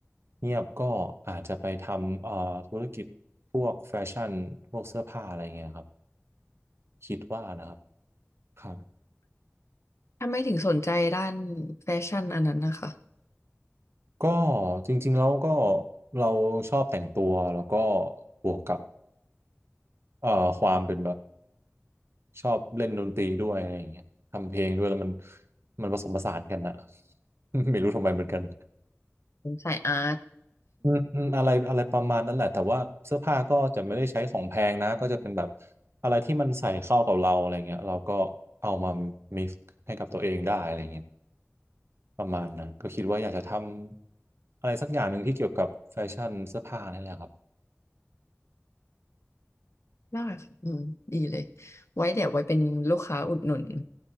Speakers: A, on the right; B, on the left.
A: เงียบก็อาจจะไปทำเอ่อธุรกิจพวกแฟชั่นพวกเสื้อผ้าอะไรเงี้ยครับคิดว่านะครับครับ
B: ทำไมถึงสนใจด้านแฟชั่นอันนั้นนะคะ
A: ก็จริงๆแล้วก็เราชอบแต่งตัวแล้วก็บวกกับเอ่อความเป็นแบบชอบเล่นดนตรีด้วยอะไรอย่างเงี้ยทำเพลงด้วยแล้วมันมันผสมผสานกันนะ <laughs> ไม่รู้ทำไมเหมือนกัน
B: ผมสายอาร์ต
A: อืมอืมอะไรอะไรประมาณนั้นแหละแต่ว่าเสื้อผ้าก็จะไม่ได้ใช้ของแพงนะก็จะเป็นแบบอะไรที่มันใส่เข้ากับเราอะไรเงี้ยเราก็เอามา mix ให้กับตัวเองได้อะไรเงี้ยประมาณนั้นก็คิดว่าอยากจะทำอะไรสักอย่างหนึ่งที่เกี่ยวกับแฟชั่นเสื้อผ้านี่แหละครับ
B: มากค่ะอืมดีเลยไว้เดี๋ยวไว้เป็นลูกค้าอุดหนุน